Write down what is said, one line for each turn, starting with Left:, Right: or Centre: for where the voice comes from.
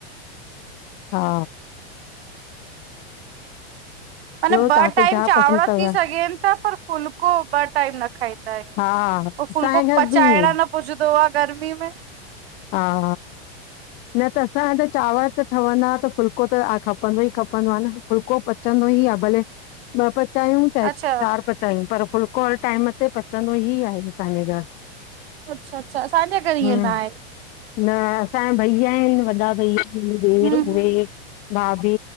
Left: हा
Right: मना
Left: ॿियो
Right: ॿ
Left: तव्हांखे
Right: टाइम
Left: छा
Right: चांवर
Left: पसंदि अथव?
Right: थी सघनि ता पर फुल्को ॿ टाइम न खाईंदा आहियूं
Left: हा,
Right: उ
Left: असांजे
Right: फूलको
Left: घर
Right: पचाइणा
Left: बि ईअं
Right: न पुजदो आ गर्मी में
Left: हा न त असांजा त चांवर त ठहंदा त फुल्को त खपंदो ई खपंदो आ न फुल्को पचंदो ई आ भले ॿ पचायूं चाहे
Right: अच्छा
Left: चार पचायूं पर फुलको हर टाइम ते पचंदो ई आहे असांजे घर
Right: अच्छा अच्छा असांजे घर ईय
Left: हम्म
Right: न आहे।
Left: न असांजा भईया आहिनि वॾा भई आहिनि ॾेर
Right: हूं
Left: उहे
Right: हूं
Left: भाभी